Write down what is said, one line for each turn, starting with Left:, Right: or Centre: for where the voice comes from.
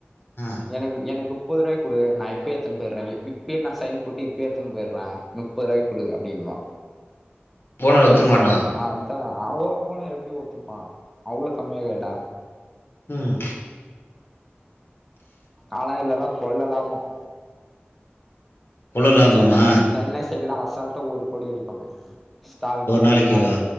Left: ஆ
Centre: எனக்கு எனக்கு முப்பது ரூபாய்க்கு குடு நா இப்பே எடுத்துன்டு போயிடுறேன் இப்பே நா சைன் போட்டு இப்பே எடுத்துன்டு போயிடுறேன் முப்பது ரூபாய்க்கு குடு அப்படின்பா
Left: ஓனர்
Centre: பேசுறா
Left: ஒத்துக்க மாட்டான்
Centre: ஆ அதான் <unintelligible> எப்படி ஒத்துப்பான் அவ்வளவு கம்மியா கேட்டா
Left: உம்
Centre: ஆனா இதெல்லா கொள்ள லாபம்
Left: எவ்ளோ லாபமா
Centre: செட்டா ஸ்டென்னை சைடல அசால்ட்ட ஒரு கோடி அடிப்பாங்க ஸ்டால்
Left: ஒரு
Centre: மூணு
Left: நாளைக்கேவா
Centre: நாளு